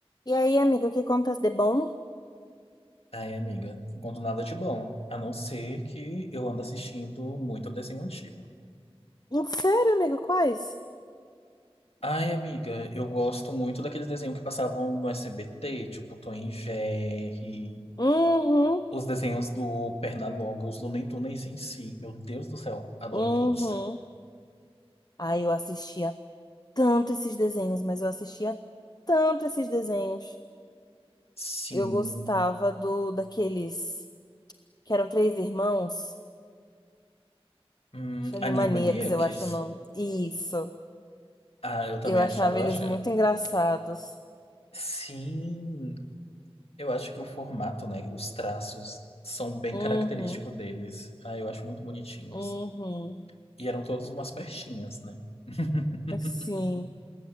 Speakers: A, on the left; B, on the left.
A: E aí, amigo, que contas de bom?
B: Ai, amiga, enquanto nada de bom, a não ser que eu ando assistindo muito desenho antigo.
A: Hum, Sério, amigo, quais?
B: Ai, amiga, eu gosto muito daqueles desenhos que passavam no SBT, tipo Tom e Jerry,
A: Uhum,
B: os desenhos do Pernalonga, os Looney Tunes em si. Meu Deus do céu, adoro
A: uhum.
B: todos.
A: Ai, eu assistia tanto esses desenhos, mas eu assistia tanto esses desenhos.
B: Sim,
A: Eu gostava do daqueles que eram três irmãos,
B: hum,
A: acho Animaniacs,
B: Animaniacs,
A: eu acho o nome. Isso.
B: ah, eu também
A: Eu achava
B: achava, eu
A: eles
B: achei.
A: muito engraçados.
B: Sim, eu acho que o formato, né, os traços são bem
A: Uhum,
B: característicos deles. Ah, eu acho muito bonitinhos.
A: uhum.
B: E eram todas umas pertinhas, né? <laughs>
A: Sim,